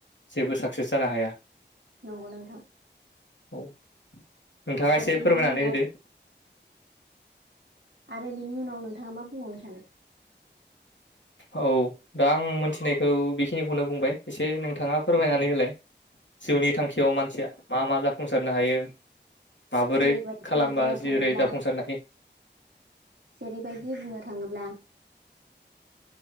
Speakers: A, on the left (about 85°); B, on the right (about 80°).
A: जेबो साक्सेस जानो हाया
B: नंगौ नोंथां
A: औ नोंथाङा
B: आरो
A: एसे
B: बिनि
A: फोरमायनानै
B: उनाव
A: होदो
B: आरो बिनि उनाव नोंथाङा मा बुंबावनो सानो?
A: औ दा आं मोनथिनायखौ बेखिनिखौनो बुंबाय एसे नोंथाङा फोरमायनानै होलाय जिउनि थांखियाव मानसिया मा मा जाफुंसारनो हायो माबोरै
B: जेरैबायदि
A: खालामबा
B: बुंनो
A: जेरै
B: थाङोब्ला
A: जाफुंसारनो हायो
B: जेरैबायदि बुंनो थाङोब्ला